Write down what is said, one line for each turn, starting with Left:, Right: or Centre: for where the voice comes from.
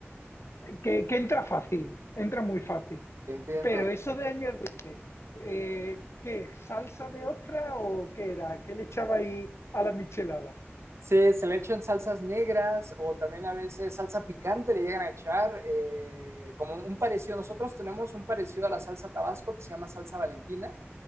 Left: que, que entra fácil, entra muy fácil.
Right: entiendo.
Left: Pero eso de añadirle, eh, ¿qué? ¿Salsa de ostra o qué era? ¿Qué le echaba ahí a la michelada?
Right: Sí, se le echan salsas negras o también a veces salsa picante le llegan a echar, eh, como un parecido. Nosotros tenemos un parecido a la salsa Tabasco que se llama salsa Valentina